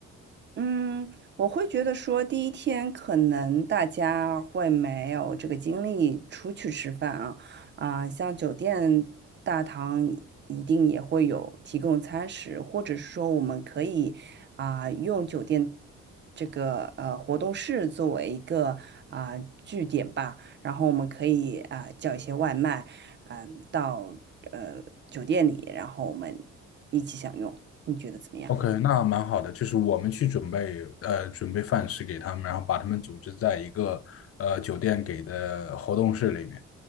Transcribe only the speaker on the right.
嗯，我会觉得说，第一天可能大家会没有这个精力出去吃饭啊，啊、像酒店大堂一定也会有提供餐食，或者是说我们可以啊、用酒店这个呃活动室作为一个啊、据点吧，然后我们可以啊、叫一些外卖，嗯、到呃酒店里，然后我们一起享用，你觉得怎么样？